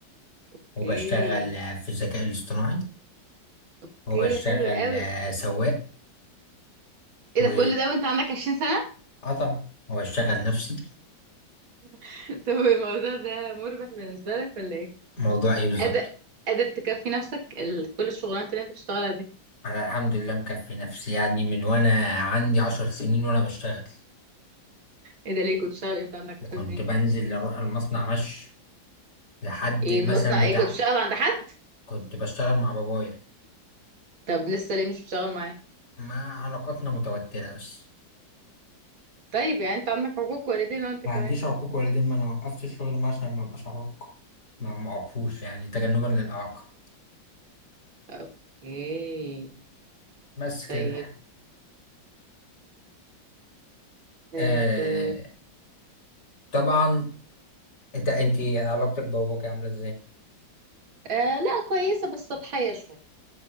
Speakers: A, on the right (about 90°); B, on the left (about 55°).
A: اوكي
B: وبشتغل آه، في الذكاء الاصطناعي
A: اوكي
B: وبشتغل
A: حلو قوي
B: آه، سواق
A: ايه
B: و
A: ده كل ده وانت عندك 20 سنة
B: آه طبعا وبشتغل نفسي
A: <laughs> طب الموضوع ده مربح بالنسبة لك ولا ايه
B: موضوع إيه بالظبط
A: قادر قادر تكفي نفسك ال... كل الشغلانات اللي انت بتشتغلها دي
B: أنا الحمد لله مكفي نفسي يعني من وأنا عندي عشر سنين وأنا بشتغل
A: ايه ده ليه كنت بتشتغل ايه وانت عندك
B: كنت
A: 20
B: بنزل
A: سنة
B: أروح المصنع مشي لحد
A: ايه
B: مثلا
A: المصنع
B: بتاع
A: ايه كنت بتشتغل عند حد
B: كنت بشتغل مع بابايا
A: طب لسه ليه مش بتشتغل معاه
B: ما علاقتنا متوترة بس
A: طيب يعني انت عندك حقوق والدين وانت
B: ما
A: كمان
B: عنديش عقوق والدين ما انا وقفت الشغل معاه عشان ما ابقاش عاق ما معرفوش يعني تجنبا للإعاقة
A: اوكي
B: بس كده
A: طيب طيب
B: آه
A: آه
B: طبعا انت انت علاقتك بباباك عاملة ازاي؟
A: آه، لا كويسة بس سطحية شوية